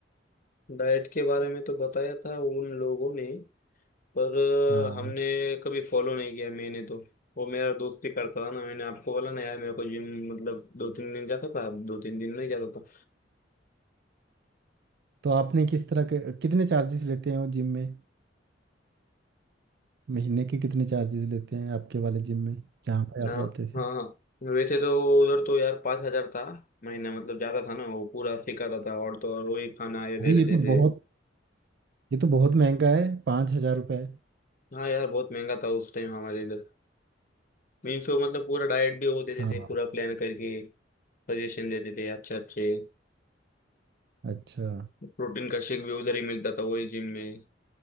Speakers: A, on the left; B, on the right.
A: डाइट के बारे में तो बताया था उन लोगों ने पर
B: हाँ
A: अ, हमने कभी फॉलो नहीं किया मैंने तो वो मेरा दोस्त ही करता था ना मैंने आपको बोला ना यार मेरे को जिम मतलब दो तीन दिन जाता था दो तीन दिन नहीं जाता था
B: तो आपने किस तरह के कितने चार्जेस लेते हैं वो जिम में महीने के कितने चार्जेस लेते हैं आपके वाले जिम में जहाँ पे आप
A: हाँ
B: जाते
A: हाँ
B: थे
A: हाँ। वैसे तो उधर तो यार पाँच हजार था महीना मतलब ज्यादा था ना वो पूरा सिखाता था और तो और वही खाना ये दे
B: अरे ये
A: देते
B: तो
A: थे
B: बहुत ये तो बहुत महंगा है पाँच हजार रुपये
A: हाँ यार बहुत महंगा था उस टाइम हमारे इधर मीन्स वो मतलब पूरा डाइट भी वो देते
B: हाँ
A: थे पूरा प्लान करके सजेशन देते थे अच्छे अच्छे
B: अच्छा
A: प्रोटीन का शेक भी उधर ही मिलता था वही जिम में